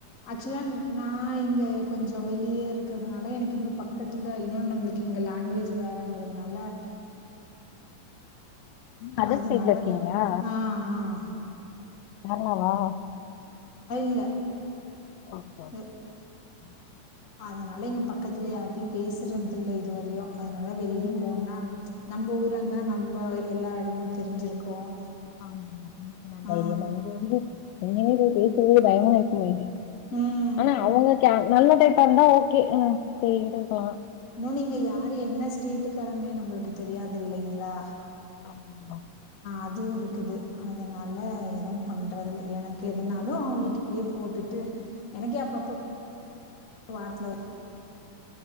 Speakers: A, on the left; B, on the left.
A: அக்ச்சுவலா நா இங்க கொஞ்சம் சோ வெளிய இருக்குறதுனால எனக்கு இங்க பக்கத்துல இன்னொன்னு நம்மளுக்கு இங்க லாங்குவேஜ் வேறங்குறதுனால
B: அதர்
A: அதுனால
B: ஸ்டேட்ல இருக்கீங்களா
A: ஆஹ் ஆஹ்
B: கேரளாவா
A: ஆஹ் இல்ல
B: <unintelligible>
A: அ அதனால இங்க பக்கத்துல யார்ட்டயும் பேசுறது இல்ல இதுவரையும் அதனால வெளியே
B: ம்
A: போணுணா நம்ம ஊரா இருந்தா நம்ம எல்லா எடமும் தெரிஞ்சிருக்கும்
B: ஆமா சொன்ன தைரியம்
A: ஆ.
B: தா இங்க வந்து எங்கே போய்ட்டு வர்றதே பயமா இருக்கு
A: ம்.
B: ஆனா அவுங்க கே நல்ல டைப்பா இருந்தா ஓகே செரின்ட்டு இருக்கலாம்
A: இன்னோன்னு இங்க யாரு என்ன ஸ்டேட்டுக்காரங்கன்னே நம்மளுக்கு தெரியாது இல்லிங்களா
B: ஆமா ஆமா
A: அதுவும் இருக்குது அதனால எதுவும் பண்றதுல்ல எனக்கு எதுனாலும் அவன் வீட்டுக்குள்ளேயே போட்டுட்டு எனக்கே அப்பப்ப வாரத்துல ஒ